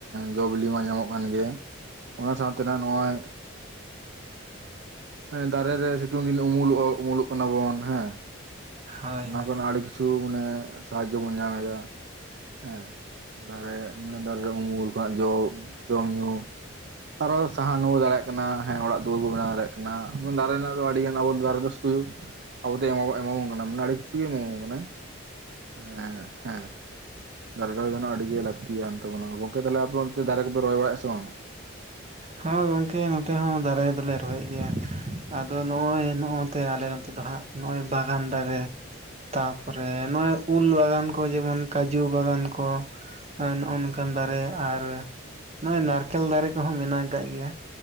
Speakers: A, on the right; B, on the right.
A: ᱡᱚ ᱵᱤᱞᱤ ᱢᱟ ᱧᱟᱢᱚᱜ ᱠᱟᱱ ᱜᱮᱭᱟ ᱚᱱᱟ ᱥᱟᱶᱛᱮ ᱱᱟ ᱱᱚᱜ-ᱚᱭ ᱦᱮᱸ ᱫᱟᱨᱮ ᱨᱮ ᱥᱤᱛᱩᱝ ᱫᱤᱱ ᱩᱢᱩᱞᱩᱜ-ᱟ ᱩᱢᱩᱞᱩᱜ ᱠᱟᱱᱟ ᱵᱚᱱ ᱦᱮᱸ
B: ᱦᱳᱭ
A: ᱚᱱᱟ
B: ᱦᱳᱭ
A: ᱠᱚᱨᱮᱱᱟᱜ ᱟᱹᱰᱤ ᱠᱤᱪᱷᱩ ᱢᱟᱱᱮ ᱥᱟᱦᱟᱡᱡᱚ ᱵᱚᱱ ᱧᱟᱢ ᱮᱫᱟ ᱦᱮᱸ ᱫᱟᱨᱮ ᱟᱱᱮ ᱫᱟᱨᱮ ᱨᱮ ᱩᱢᱩᱞ ᱠᱷᱚᱱᱟᱜ ᱡᱚ ᱡᱚᱢ ᱧᱩ ᱟᱨᱚ ᱥᱟᱦᱟᱱᱵᱚ ᱫᱟᱲᱮᱭᱟᱜ ᱠᱟᱱᱟ ᱦᱮᱸ ᱚᱲᱟᱜ ᱫᱩᱣᱟᱹᱨ ᱵᱚ ᱵᱮᱱᱟᱣ ᱫᱟᱲᱮᱭᱟᱜ ᱠᱟᱱᱟ ᱫᱟᱨᱮ ᱨᱮᱱᱟᱜ ᱫᱚ ᱟᱹᱰᱤ ᱜᱟᱱ ᱟᱵᱚ ᱫᱟᱨᱮ ᱫᱚ ᱟᱵᱚ ᱮᱢᱟᱵᱚᱱ ᱠᱟᱱᱟ ᱢᱟᱱᱮ ᱟᱹᱰᱤ ᱠᱤᱪᱷᱩ ᱮᱢᱟᱵᱚᱱ ᱠᱟᱱᱟ ᱟᱻ ᱦᱮᱸ ᱫᱟᱨᱮ ᱨᱚᱦᱚᱭᱮᱱᱚ ᱟᱹᱰᱤᱜ ᱜᱮ ᱞᱟᱹᱠᱛᱤᱭᱟᱱ ᱛᱟᱵᱚᱱᱟ ᱜᱚᱝᱠᱮ ᱛᱟᱦᱚᱞᱮ ᱟᱯᱮ ᱚᱱᱛᱮ ᱫᱟᱨᱮ ᱠᱚᱯᱮ ᱨᱚᱦᱚᱭ ᱵᱟᱲᱟᱜ-ᱟ ᱥᱮ ᱵᱟᱝ <inaudible>
B: ᱦᱮᱸ ᱜᱚᱝᱠᱮ ᱱᱚᱛᱮ ᱦᱚᱸ ᱫᱟᱨᱮ ᱫᱚᱞᱮ ᱨᱚᱦᱚᱭᱮᱫ ᱜᱮᱭᱟ ᱟᱫᱚ ᱱᱚᱜ-ᱚᱭ ᱱᱚᱜ-ᱚᱛᱮ ᱟᱞᱮ ᱱᱚᱛᱮ ᱫᱚ ᱦᱟᱸᱜ ᱱᱚᱜ-ᱚᱭ ᱵᱟᱜᱟᱱ ᱫᱟᱨᱮ ᱛᱟᱨᱯᱚᱨᱮ ᱱᱚᱜᱼᱚᱭ ᱩᱞ ᱵᱟᱜᱟᱱ ᱠᱚ ᱡᱮᱢᱚᱱ ᱠᱟᱡᱩ ᱵᱟᱜᱟᱱ ᱠᱚ ᱱᱚᱜᱼᱚ ᱱᱚᱝᱠᱟᱱ ᱫᱟᱨᱮ ᱟᱨ ᱱᱚᱜᱚᱭ ᱱᱟᱨᱠᱮᱞ ᱫᱟᱨᱮ ᱠᱚᱦᱚᱸ ᱢᱮᱱᱟᱜ ᱟᱠᱟᱫ ᱜᱮᱭᱟ